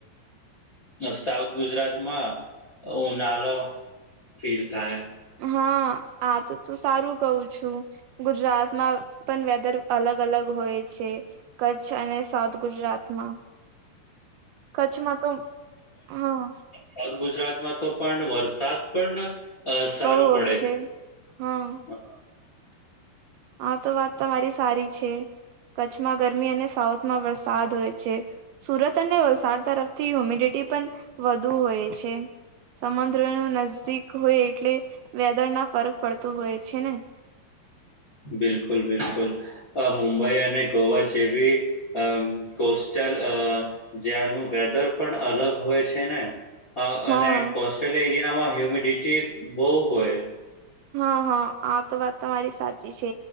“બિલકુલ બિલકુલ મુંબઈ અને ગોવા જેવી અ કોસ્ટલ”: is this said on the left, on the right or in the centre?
Left